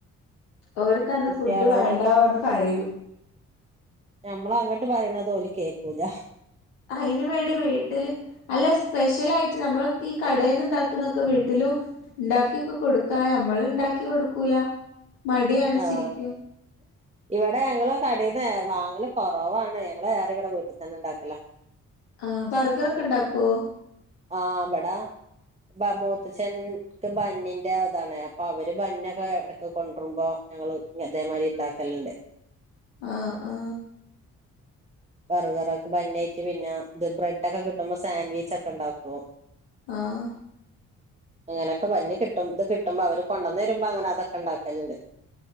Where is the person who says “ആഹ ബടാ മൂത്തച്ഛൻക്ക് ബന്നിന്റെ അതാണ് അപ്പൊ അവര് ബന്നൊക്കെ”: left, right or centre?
Right